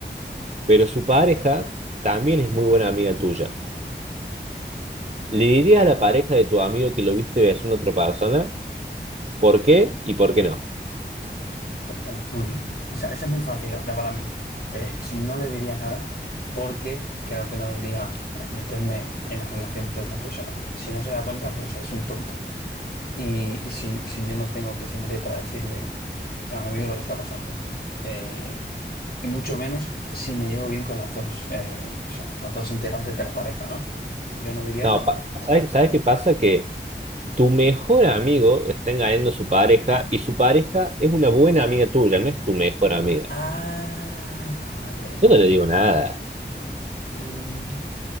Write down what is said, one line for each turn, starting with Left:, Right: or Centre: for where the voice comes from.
Right: pero su pareja también es muy buena amiga tuya. ¿Le dirías a la pareja de tu amigo que lo viste besando a otra persona? ¿Por qué y por qué no?
Left: Eh, muy bien. O sea, esa es muy fácil, la verdad, para mí. Eh, si no le diría nada porque creo que no debería eh, meterme en las relaciones de otras personas. Si no se da cuenta, pues es un tonto. Y, y si, si yo no tengo que ser nadie para decirle a mi amigo lo que está pasando. Eh, y mucho menos si me llevo bien con las dos, eh, o sea, los dos integrantes de la pareja, ¿no? Yo no diría
Right: No,
Left: nada.
Right: pa- ¿sabes, sabes qué pasa? Que tu mejor amigo está engañando a su pareja y su pareja es una buena amiga tuya, no es tu mejor amiga.
Left: Ah, vale.
Right: Yo no le digo nada.
Left: Mm,